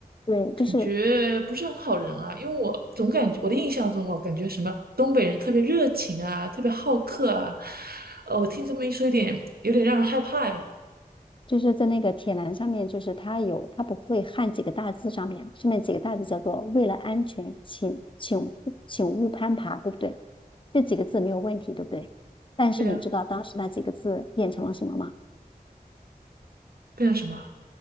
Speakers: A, on the left; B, on the right.
A: 对，就是
B: 感觉不是很好人啊，因为我总感觉我的印象中哦，感觉什么东北人特别热情啊，特别好客啊，呃，我听这么一说，有点有点让人害怕呀，
A: 就是在那个铁栏上面，就是它有它不会焊几个大字上面，上面几个大字叫做“为了安全，请请请勿攀爬”，对不对？这几个字没有问题，对不对？但是你知道当时那几个字变成了什么吗？
B: 对呀，变成什么？